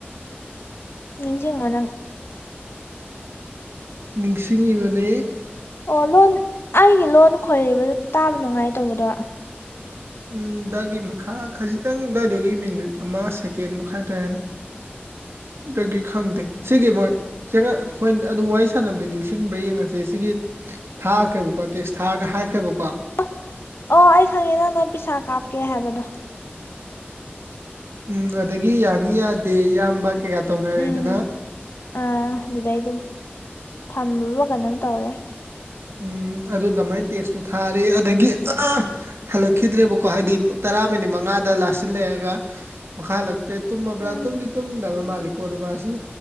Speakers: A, on the left (about 70°); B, on the right (about 80°).
A: ꯅꯤꯡꯁꯤꯡ ꯉꯣ ꯅꯪ
B: ꯅꯤꯡꯁꯤꯡꯉꯤꯕꯅꯦ
A: ꯑꯣ ꯂꯣꯟ ꯑꯩꯒꯤ ꯂꯣꯟ ꯈꯣꯏꯔꯤꯕꯗꯨ ꯇꯥꯕ ꯅꯨꯡꯉꯥꯏꯇꯧꯕꯗꯔꯥ
B: ꯎꯝ ꯑꯗꯨꯋꯥꯏꯒꯤ ꯃꯈꯥ ꯈꯖꯤꯛꯇꯪ ꯑꯗꯨꯋꯥꯏꯗꯨꯒꯤ ꯃꯤꯅꯤꯠ ꯑꯃ ꯁꯦꯀꯦꯟꯃꯨꯛ ꯍꯥꯏꯇꯥꯔꯦꯅꯦ ꯗꯒꯤ ꯈꯪꯗꯦ ꯁꯤꯒꯤ ꯃꯣꯏ ꯆꯥꯉꯥ ꯍꯣꯏ ꯑꯗꯨ ꯋꯥꯔꯤ ꯁꯥꯟꯅꯕꯗꯤ ꯅꯤꯡꯁꯤꯡꯕ꯭ꯔꯥ ꯌꯦꯡꯉꯁꯤ ꯁꯤꯒꯤ ꯊꯥꯈ꯭ꯔꯦꯕꯀꯣ ꯇꯦꯛꯁ ꯊꯥꯔꯒ ꯍꯥꯏꯈ꯭ꯔꯦꯕꯀꯣ
A: ꯑ ꯑꯣ ꯑꯩ ꯈꯪꯉꯦ ꯅꯪꯅ ꯄꯩꯁꯥ ꯀꯥꯞꯀꯦ ꯍꯥꯏꯕꯗꯣ
B: ꯎꯝ ꯑꯗꯒꯤ ꯌꯥꯅꯤ ꯌꯥꯗꯦ ꯏꯌꯥꯝꯕ ꯀꯩꯀꯥ ꯇꯧꯅꯔꯦꯗꯅ
A: ꯎꯝ ꯑꯥ ꯑꯗꯨꯗꯩ ꯑꯗꯨꯝ ꯊꯝꯃꯕ ꯀꯩꯅꯣꯝ ꯇꯧꯔꯦ
B: ꯎꯝ ꯑꯗꯨꯗꯃꯥꯏꯅ ꯇꯦꯛꯁꯇꯨ ꯊꯥꯔꯦ ꯑꯗꯒꯤ ꯑꯥꯥ ꯍꯜꯂꯛꯈꯤꯗ꯭ꯔꯦꯕꯀꯣ ꯍꯥꯏꯗꯤ ꯇꯔꯥ ꯃꯤꯅꯤꯠ ꯃꯉꯥꯗ ꯂꯥꯁ ꯁꯤꯜ ꯂꯩꯔꯒ ꯃꯈꯥ ꯍꯜꯂꯛꯇ꯭ꯔꯦ ꯇꯨꯝꯃꯕ꯭ꯔꯥ
A: ꯎꯝ
B: ꯇꯨꯝꯗꯤ ꯇꯨꯝꯗꯕ ꯃꯥꯜꯂꯤ ꯀꯣꯟꯅ ꯃꯥꯁꯤ